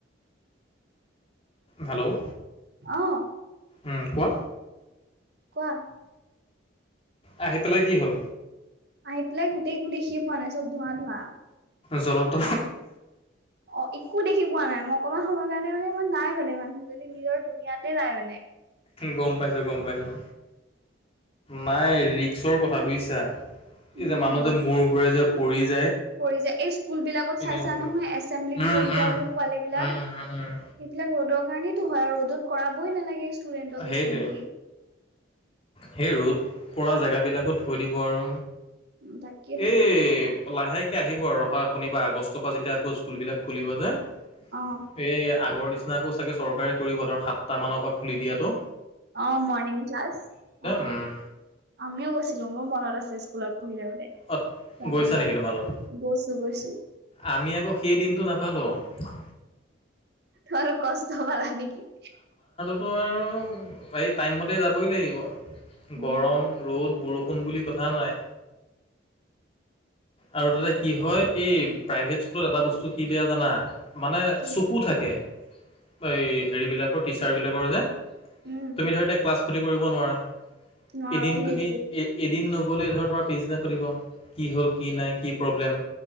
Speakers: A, on the left (about 30°); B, on the right (about 55°).
A: হেল্ল'
B: আহ,
A: উম কোৱা
B: কোৱা
A: আহি পেলাই কি হ'ল?
B: আহি পেলাই গোটেই একো দেখি পোৱা নাই চব ধোঁৱা ধোৱা
A: জলপ ত
B: অ', একো দেখি পোৱা নাই অকমান সময়ৰ কাৰণে মানে মই নাই মানে মানুহ যদি নিজৰ দুুনীয়াতে নাই মানে
A: গম পাইছো গম পাইছো নাই ৰিক্সৰ কথা বুজিছা এই
B: উম।
A: যে মানুহ যে মূ ঘূৰাই য প য
B: পৰি যায় এই স্কুলবলাকত চাইছা
A: নহয়তো
B: নহয় এচেম্বলিত
A: উম
B: পৰি যায়
A: উম
B: যে পোৱালী বিলাক
A: উম উম
B: এইবিলাক ৰ'দৰ কাৰণেতো হয় আৰু ৰ'দত কৰাবই নালাগে ষ্টুডেন্টক
A: সেইটোৱে
B: এছেম্বলি
A: সেই ৰ'দ পৰা জেগাবিলাকো থৈ দিব আৰু
B: তাকেতো
A: এই লাহেকে আহিব আৰু ৰহা শনিবা আগষ্টৰ পৰা যেতিয়া আকৌ স্কুলবিলাক খুলিব যে এ
B: অ',
A: আগৰ নিচিনাকে চাগে চৰকাৰে কৰিব ধৰ সাতটা মানৰ পৰা খুলি দিয়াতো
B: অ', মৰ্ণিং ক্লাছ অ
A: উম
B: আমিও গৈছিলো মোৰ মনত আছে স্কুলত শু দে দে
A: অ
B: ৰাতিুৱা
A: গৈছা নেকি
B: ৰাতিুৱা
A: তোমালোক
B: গৈছো গৈছো
A: আমি আকৌ সেই দিনটো নাপালোঁ আৰু
B: ত আৰু কষ্ট পালা নেকি?
A: ত আৰু এই টাইমমতে যাবই লাগিব
B: উম
A: গৰম ৰ'দ বৰষুণ ফোন বুলি কথা নাই আৰু তাতে কি হয় এই প্ৰাইভেট স্কুলত এটা বস্তু কি বেয়া জানা মানে
B: আছো
A: চকু থাকে এই হেৰিবিলাকৰ টিচাৰবিলাকৰ যে
B: উম
A: তুমি ধৰি এতি ক্লাছ খতি কৰিব নোৱাৰা
B: নোৱাৰো
A: এদিন
B: সেইটো
A: তুমি এ এদিন পিছদিনা হুদিব কি হল কি নাই কি প্ৰব্লেম